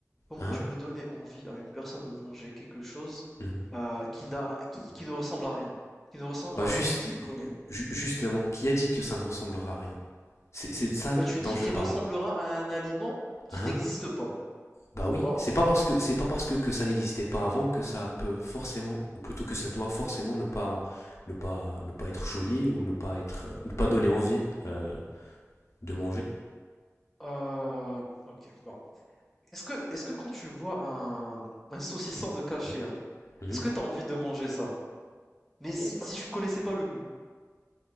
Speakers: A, in the centre; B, on the left.
A: Comment
B: Hein
A: tu veux donner envie à une personne de manger quelque chose
B: Mhm.
A: euh, qui n'a, qui, qui ne ressemble à rien, qui ne ressemble
B: Bah
A: à
B: juste,
A: rien de ce qu'il connaît?
B: justement, qui a dit que ça ne ressemblera à rien C'est c'est de ça
A: Bah, tu
B: dont
A: dis
B: je
A: qu'il
B: parle.
A: ressemblera à un aliment qui
B: Hein
A: n'existe pas.
B: Bah oui,
A: Alors,
B: c'est pas parce
A: qui-
B: que c'est pas parce que, que ça n'existait pas avant que ça peut forcément, ou plutôt que ça doit forcément ne pas ne pas ne pas être joli ou ne pas être ne pas donner envie euh, de manger.
A: euh, ok, bon. Est-ce que, est-ce que quand tu vois un, un saucisson de cachir,
B: Mhm.
A: est-ce que tu as envie de manger ça? Mais si, si tu ne connaissais pas le goût,